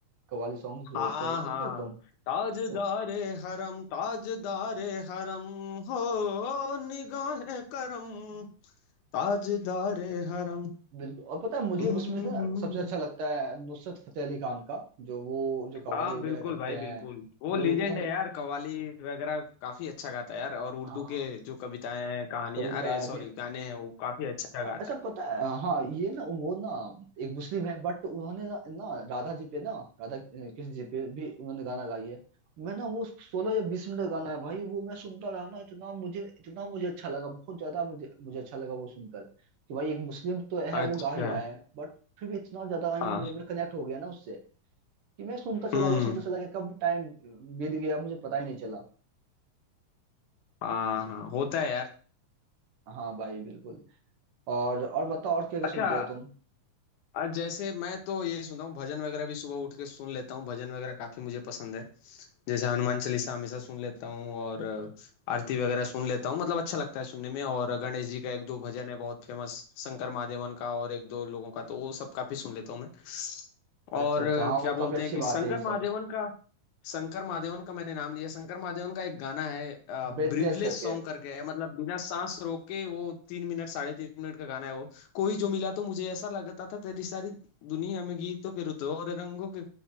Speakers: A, on the right (about 70°); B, on the left (about 70°).
A: कव्वाली सॉन्ग जो
B: हाँ
A: होते हैं वो सुनते
B: हाँ
A: हो तुम
B: ताजदारे
A: तो
B: हरम ताजदारे हरम हो निगाहे करम ताजदारे हरम
A: बिल्कुल और पता है मुझे
B: हम्म,
A: उसमें
B: हम्म,
A: से ना
B: हम्म।
A: सबसे अच्छा लगता है नुसरत फतेह अली खान का जो वो जो कव्वाली
B: हाँ
A: वगैरह
B: बिल्कुल
A: करते
B: भाई
A: हैं
B: बिल्कुल वो
A: जो
B: लीजेंड
A: उन्होंने
B: है यार कव्वाली वगैरह काफी अच्छा गाता है यार और उर्दू
A: हाँ
B: के जो कविताएं हैं कहानियां
A: कविताएं
B: अरे सॉरी
A: भी
B: गाने हैं वो काफी अच्छा गाता
A: और अच्छा पता है हाँ ये ना वो ना एक मुस्लिम है बट उन्होंने ना, ना राधा जी पे ना राधा कृष्ण जी पे भी उन्होंने गाना गाई है मैं ना वो सोलह या बीस मिनट का गाना है भाई वो मैं सुनता रहा ना इतना मुझे इतना मुझे अच्छा लगा बहुत ज्यादा मुझे मुझे अच्छा लगा वो सुनकर कि भाई एक मुस्लिम तो
B: है
A: है वो
B: अच्छा
A: गा ही रहा है बट फिर भी इतना ज्यादा ही
B: हाँ
A: मुझे मैं कनेक्ट हो गया ना उससे कि मैं सुनता चला
B: हम्म
A: गया सुनता चला गया कब टाइम बीत गया मुझे पता ही नहीं चला
B: हाँ हाँ होता है यार
A: हाँ भाई बिल्कुल और और बताओ और क्या क्या
B: अच्छा
A: सुनते हो तुम
B: और जैसे मैं तो ये सुनता हूँ भजन वगैरह भी सुबह उठ के सुन लेता हूँ भजन वगैरह काफी मुझे पसंद है जैसे हनुमान चालीसा हमेशा सुन लेता हूँ और अ, आरती वगैरह सुन लेता हूँ मतलब अच्छा लगता है सुनने में और
A: हाँ,
B: गणेश जी का एक दो भजन है बहुत फेमस शंकर महादेवन का और एक दो लोगों का तो वो सब काफी सुन लेता हूँ मैं
A: अच्छा
B: और
A: अच्छा
B: अ,
A: हाँ
B: क्या
A: वो
B: बोलते
A: काफी अच्छी
B: हैं कि शंकर
A: बात है ये सब
B: महादेवन का शंकर महादेवन का मैंने नाम लिया शंकर महादेवन का एक गाना है
A: ब्रेथलेस
B: ब्रीदलेस
A: करके
B: सॉन्ग करके है मतलब बिना सांस रोक के वो तीन मिनट साढ़े तीन मिनट का गाना है वो कोई जो मिला तो मुझे ऐसा लगता था तेरी सारी दुनिया में गीतों के रुतों और रंगों के